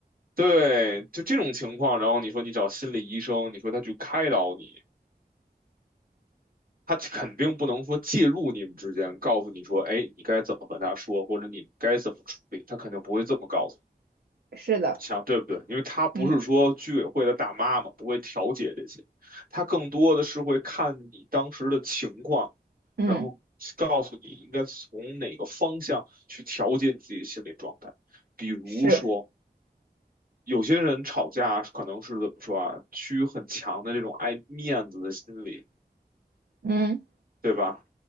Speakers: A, on the right; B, on the right.
A: 对，就这种情况，然后你说你找心理医生，你说他去开导你，他肯定不能说介入你们之间，告诉你说，哎，你该怎么和他说，或者你该怎么处理，他肯定不会这么告诉你
B: 是的，
A: 想对不对？因为他不是说居委会的大妈嘛，
B: 嗯
A: 不会调解这些，他更多的是会看你当时的情况，
B: 嗯
A: 然后告诉你应该从哪个方向去调节你自己的心理状态。比如说，
B: 是，
A: 有些人吵架可能是怎么说啊，趋于很强的这种爱面子的心理，
B: 嗯
A: 对吧？